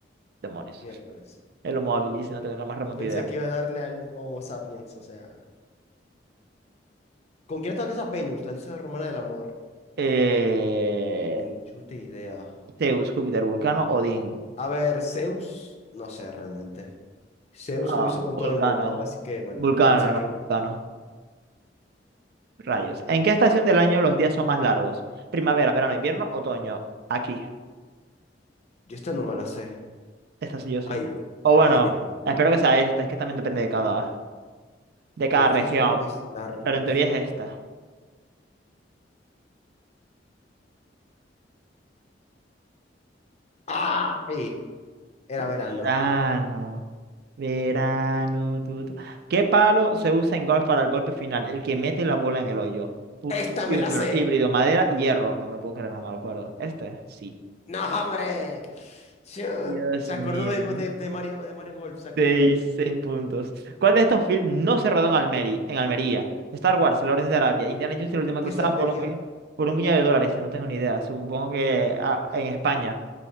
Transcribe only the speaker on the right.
demonios,
el Homo habilis, si no tengo la más remota
idea.
Eh,
Zeus, Júpiter, Vulcano, Odín.
Ah,
Vulcano.
Vulcano,
no, Vulcano. Rayos. ¿En qué estación del año los días son más largos? Primavera, verano, invierno, otoño. Aquí.
Esta sí o sí.
O bueno,
espero que sea esta, es que también depende de cada, de cada
región,
pero en teoría es esta.
Verano,
verano, tu, tu. ¿Qué palo se usa en golf para el golpe final? El que mete la bola en el hoyo. Fu-
Pewter,
híbrido, madera, hierro. No me lo puedo creer, no me lo acuerdo. ¿Este? Sí.
Dios
mío.
Seis,
seis puntos. ¿Cuál de estos films no se rodó en Almería? En Almería? Star Wars, El Lawrence de Arabia, Indiana Jones y la última
cruzada
por un, bu- por un puñado de dólares. No tengo ni idea. Supongo que ah, en España.